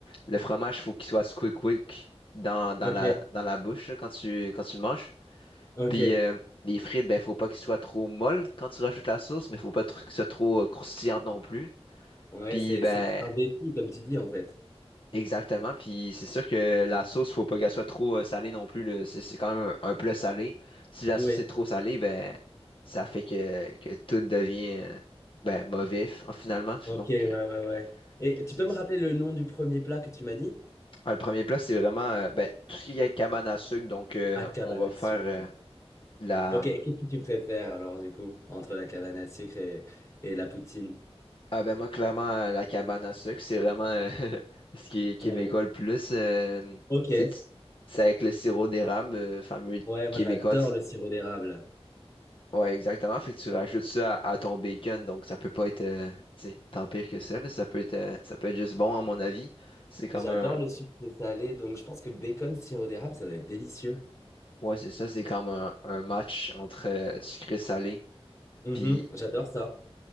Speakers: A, on the left (about 55°); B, on the left (about 30°).
A: le fromage, faut qu'il soit squick quick dans, dans
B: Ok,
A: la dans la bouche là, quand tu quand tu le manges.
B: ok.
A: Puis euh, les frites, ben faut pas qu'ils soient trop molles quand tu rajoutes la sauce, mais faut pas trop- qu'ils soient trop euh, croustillantes non plus.
B: Ouais,
A: Puis
B: c'est,
A: ben
B: c'est un défi, comme tu dis, en fait.
A: exactement. Puis c'est sûr que la sauce, faut pas qu'elle soit trop euh, salée non plus. là. C'est c'est quand même un, un plat salé. Si la
B: Oui,
A: sauce est trop salée, ben ça fait que, que tout devient euh, ben mauvais f- finalement.
B: ok,
A: Donc
B: ouais,
A: euh,
B: ouais, ouais. Et tu
A: c'est
B: peux me
A: ça.
B: rappeler le nom du premier plat que tu m'as dit?
A: Ah, le premier plat, c'est vraiment euh, ben, tout ce qui est cabane à sucre. Donc euh,
B: Ah, cabane
A: on va
B: à
A: faire
B: sucre.
A: euh,
B: ouais.
A: de la
B: Ok, et qu'est-ce que tu préfères alors, du coup, entre la cabane à sucre et, et la poutine?
A: Ah ben moi clairement euh, la cabane à sucre c'est vraiment euh, <laughs> ce qui est
B: Ton-
A: québécois le plus euh,
B: Ok,
A: tu sais, tu- c'est avec le sirop d'érable euh, fameux
B: Ouais, moi
A: québécois
B: j'adore
A: tu-
B: le sirop d'érable.
A: ouais exactement fait que tu rajoutes ça à, à ton bacon donc ça peut pas être euh, tu sais, tant pire que ça là. ça peut être euh, ça peut être juste bon à mon avis c'est comme
B: J'adore
A: un
B: le sucré salé, donc je pense que bacon, sirop d'érable, ça doit être délicieux.
A: ouais c'est ça c'est comme un, un match entre euh, sucré et salé
B: Mhm,
A: puis
B: j'adore ça.